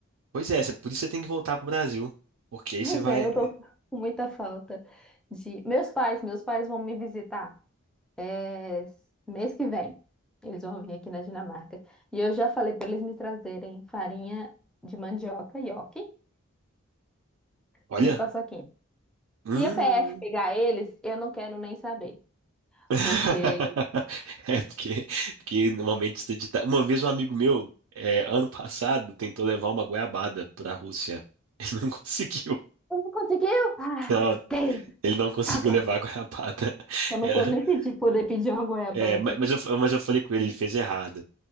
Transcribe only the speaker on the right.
Pois é, cê- por isso você tem que voltar pro Brasil. Porque aí
você vai.
Olha.
Hum.
<laughs>
É porque, porque normalmente você edita... Uma vez um amigo meu, é, ano passado, tentou levar uma goiabada pra Rússia. Ele não <laughs> conseguiu.
Não,
ele não conseguiu
levar a goiabada.
<laughs>
É, é, ma- mas eu, mas eu falei com ele, ele fez errado.